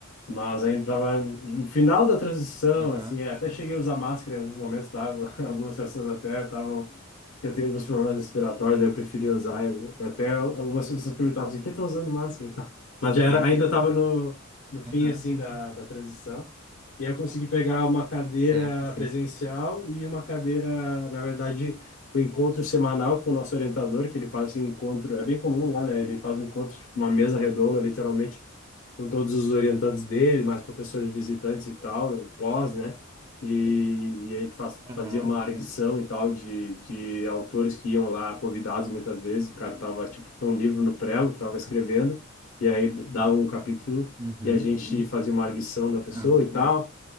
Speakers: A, on the left; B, on the right.
A: Mas ainda tava no final da transição,
B: Aham,
A: assim, até cheguei a usar máscara em alguns momentos lá, <laughs> algumas pessoas até estavam, que eu tenho alguns problemas respiratórios, eu preferia usar, eu, até algumas pessoas perguntavam assim, por que tá usando máscara e tal?
B: certo.
A: Mas já era, ainda estava no, no fim,
B: Aham,
A: assim, da, da transição, e aí eu consegui pegar uma cadeira
B: certo, sim.
A: presencial e uma cadeira, na verdade, o encontro semanal com o nosso orientador, que ele faz um encontro, é bem comum lá, né? Ele faz um encontro, tipo, uma mesa redonda, literalmente, com todos os orientantes dele, mais professores visitantes e tal, né, pós, né? E, e aí tu faz,
B: Aham.
A: fazia uma arguição e tal de, de autores que iam lá convidados muitas vezes, o cara tava, tipo, tinha um livro no prelo, tava escrevendo, e aí dava um capítulo
B: Uhum.
A: e a gente fazia uma arguição da pessoa
B: Ah, né?
A: e tal.